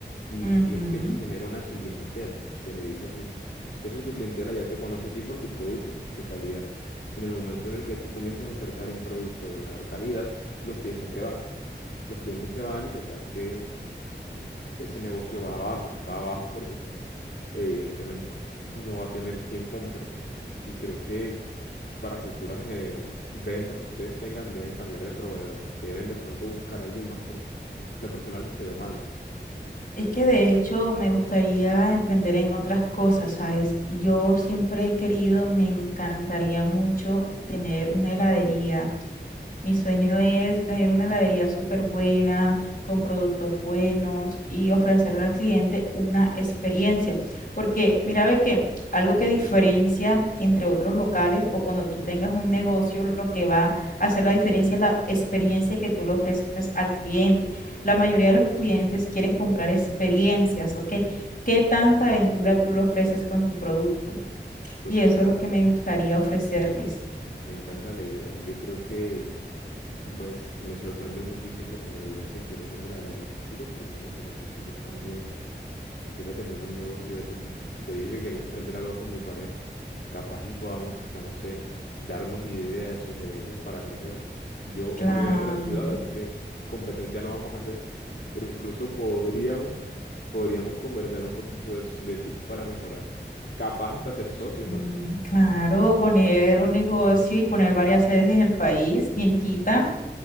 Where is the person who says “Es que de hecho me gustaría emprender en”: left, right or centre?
Left